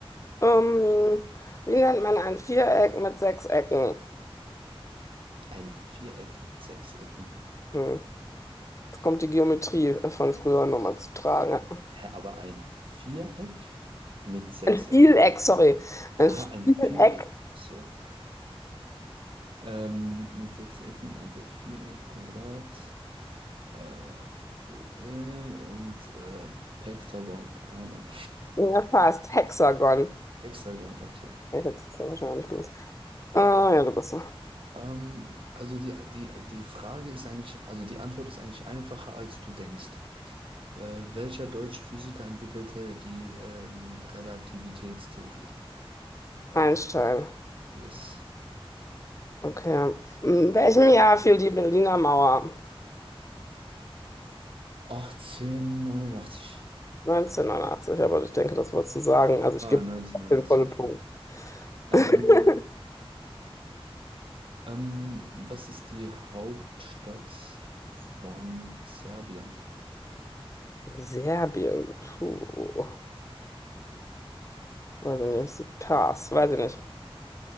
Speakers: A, on the left (about 30°); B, on the right (about 60°).
A: Ähm, wie nennt man ein Viereck mit sechs Ecken?
B: Ein Viereck mit sechs Ecken.
A: Hm. Jetzt kommt die Geometrie von früher nochmal zu tragen.
B: Hä, aber ein Viereck mit sechs
A: Ein Vieleck,
B: Ecken.
A: sorry. Ein
B: Aha, ein
A: Vieleck,
B: Vieleck. Ach So. Ähm, mit sechs Ecken, also Viereck, Quadrat, äh, d- d- und äh, Pektagon, keine Ahnung.
A: ja fast. Hexagon.
B: Hexagon, okay.
A: Ich hätte es jetzt wahrscheinlich gewusst. Ah, ja, du bist so.
B: Ähm, also die, die, die Frage ist eigentlich, also die Antwort ist eigentlich einfacher, als du denkst. Äh, welcher deutsche Physiker entwickelte die ähm, Relativitätstheorie?
A: Einstein.
B: Yes.
A: Okay. In welchem Jahr fiel die Berliner Mauer?
B: 1889.
A: 1989, aber ich denke, das wolltest du sagen. Also ich
B: Ah,
A: gebe
B: 1989,
A: den vollen
B: ja,
A: Punkt.
B: stimmt. Ähm,
A: <laughs>
B: ähm, was ist die Hauptstadt von Serbien?
A: Serbien, puh, weiß ich nicht, sie Pass, weiß ich nicht.